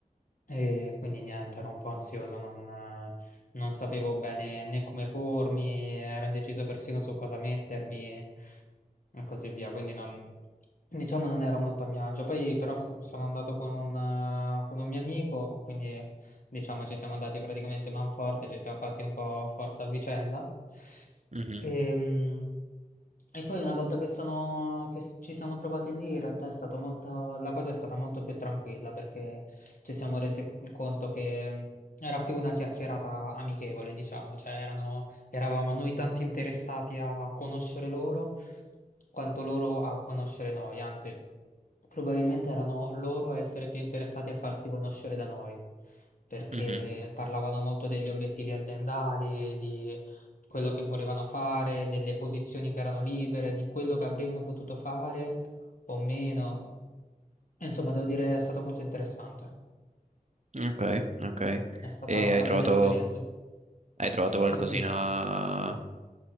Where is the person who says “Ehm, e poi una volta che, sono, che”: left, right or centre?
Left